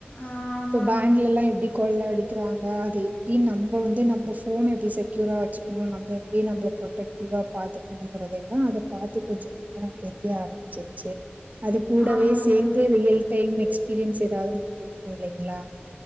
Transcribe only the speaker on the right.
இ பேங்க்ல எல்லா எப்டி கொள்ள அடிக்கிறாங்க அத எப்டி நம்ம வந்து நம்ம போன எப்டி செக்யூரா வச்சுக்கணு நம்ம எப்டி நம்மள ப்ரொட்டக்டிவா பாத்துக்கணங்கறத எல்லா அத பாத்து கொஞ்ச கொஞ்ச நா தெரிய ஆரம்பிச்சிச்சு அது கூூடவே
சேர்ந்து ரியல் டைம் எக்ஸ்பீரியன்ஸ் ஏதாவது நமக்கு இருக்கு இல்லைங்களா